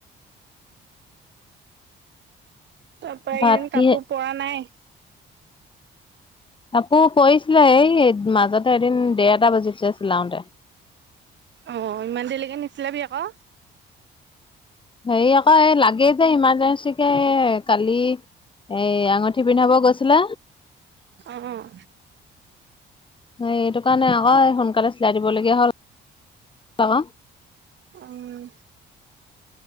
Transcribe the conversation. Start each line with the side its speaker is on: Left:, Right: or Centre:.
Right: তাৰপৰা, এইকিদিন
Left: ভাত
Right: কাপোৰ
Left: কি
Right: পৰা নাই?
Left: কাপোৰ কৰিছিলে। এই, মাজতে এদিন, ডেৰটা বজিছে, চিলাওঁতে।
Right: অ'! ইমান দেৰিলৈকে, নিছিলাবি আকৌ।
Left: হেৰি আকৌ, এই লাগে যে, ইমাৰজেঞ্চিকে। এ, কালি এই, আঙুঠি পিন্ধাব গৈছিলে।
Right: অ' অ'!
Left: এই, এইটো কাৰণে আকৌ, সোনকালে চিলাই দিবলগীয়া হ'ল, আকৌ।
Right: উম!